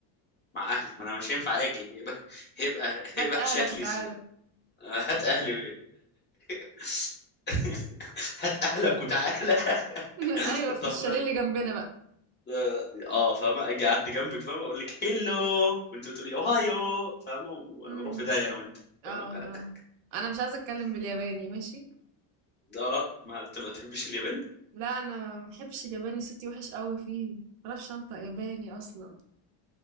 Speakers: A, on the left; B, on the right.
A: مع اهلك ما انا مش هينفع اجي هيبقى <laughs> هيبقى
B: هات
A: هيبقى
B: اهلك
A: شكلي
B: وتعالى
A: ز... آه، هات اهلي <laughs> هات اهلك وتعالى
B: <laughs>
A: <laughs>
B: ايوه في
A: طب
B: الشاليه اللي جنبنا بقى
A: اه آه، فاهمه اجي اعدي جنبك فاهمه اقول لك هيلو وانت تقولي اوهايو فاهمه ونروح
B: امم
A: في داهيه انا وانت فاهمه
B: اه
A: <laughs>
B: اه انا مش عايزة اتكلم بالياباني ماشي
A: اه ما انت ما تحبش الياباني
B: لا انا ما بحبش الياباني صوتي وحش قوي فيه ما بعرفش انطق ياباني اصلا